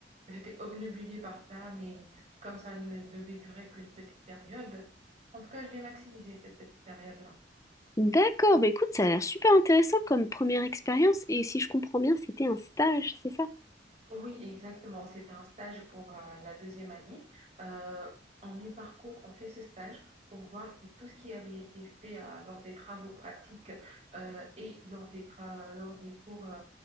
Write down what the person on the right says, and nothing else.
j'étais obnubilée par ça, mais comme ça ne devait durer qu'une petite période, en tout cas je l'ai maximisé cette petite période-là.
Oui, exactement. C'était un stage pour euh, la deuxième année. Euh, en mi-parcours, on fait ce stage pour voir si tout ce qui avait été fait euh, lors des travaux pratiques euh, et lors des, tra- lors des cours, euh,